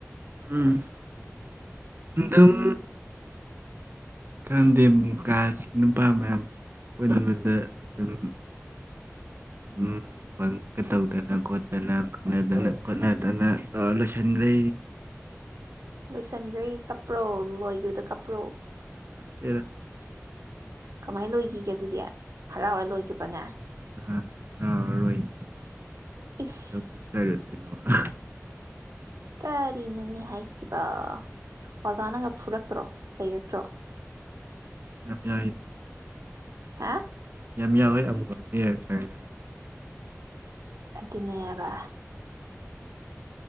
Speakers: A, on the right; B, on the right.
A: ꯎꯝ ꯑꯗꯨꯝ ꯈꯟꯗꯦ ꯀꯥ ꯅꯨꯄꯥ ꯃꯌꯥꯝ <unintelligible> ꯑꯗꯨꯝ <unintelligible> ꯇꯧꯗꯅ ꯈꯣꯠꯇꯅ ꯈꯠꯅꯗꯅ ꯈꯣꯠꯅꯗꯅ ꯇꯧꯔꯥ ꯂꯣꯏꯁꯟꯈ꯭ꯔꯦ
B: ꯂꯣꯏꯁꯤꯟꯈ꯭ꯔꯦ ꯀꯞꯄ꯭ꯔꯣ ꯂꯣꯏꯈꯤꯕꯗ ꯀꯄ꯭ꯔꯣ
A: ꯀꯞꯇꯦꯗꯥ
B: ꯀꯃꯥꯏꯅ ꯂꯣꯏꯈꯤꯒꯦ ꯑꯗꯨꯗꯤ ꯍꯔꯥꯎ ꯍꯔ ꯂꯣꯏꯈꯤꯕꯔꯥꯅꯦ
A: ꯍꯔꯥꯎꯔꯔꯣꯏ <unintelligible>
B: ꯏꯁ
A: <inaudible>
B: ꯀꯔꯤ ꯅꯣꯅꯦ ꯍꯥꯏꯁꯤꯕꯣ ꯑꯣꯖꯥꯅꯒ ꯐꯨꯔꯛꯇ꯭ꯔꯣ ꯆꯩꯔꯛꯇ꯭ꯔꯣ
A: ꯌꯥꯝ ꯌꯥꯏꯗ
B: ꯍꯥ
A: ꯌꯥꯝ ꯌꯥꯎꯌꯦ ꯑꯃꯨꯛ ꯑꯅꯤꯔꯛꯇꯪ
B: ꯑꯗꯨꯅꯦꯕ